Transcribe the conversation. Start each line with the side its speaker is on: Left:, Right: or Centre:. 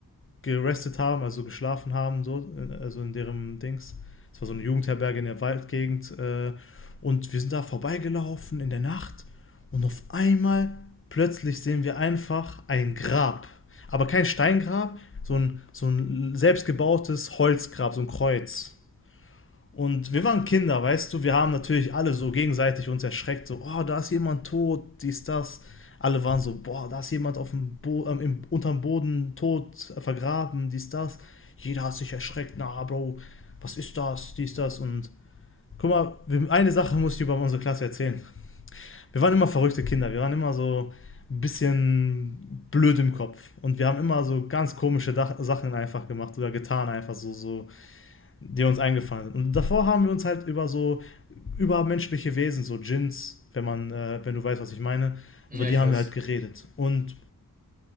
Left: gerestet haben, also geschlafen haben, so, äh, also in deren Dings. Es war so eine Jugendherberge in der Waldgegend. Äh, und wir sind da vorbeigelaufen in der Nacht und auf einmal plötzlich sehen wir einfach ein Grab. Aber kein Steingrab, so ein, so ein selbstgebautes Holzgrab, so ein Kreuz. Und wir waren Kinder, weißt du, wir haben natürlich alle so gegenseitig uns erschreckt, so, oh, da ist jemand tot, dies, das. Alle waren so, boah, da ist jemand auf dem Bo ähm, im, unterm Boden tot, äh, vergraben, dies, das. Jeder hat sich erschreckt, na, Bro, was ist das, dies, das. Und guck mal, wir, eine Sache muss ich über unsere Klasse erzählen. Wir waren immer verrückte Kinder, wir waren immer so ein bisschen blöd im Kopf. Und wir haben immer so ganz komische Dach Sachen einfach gemacht oder getan, einfach so, so die uns eingefallen sind. Und davor haben wir uns halt über so übermenschliche Wesen, so Djinns, wenn man, äh, wenn du weißt, was ich meine,
Right: Ja,
Left: über die
Right: ich
Left: haben
Right: weiß.
Left: wir halt geredet. Und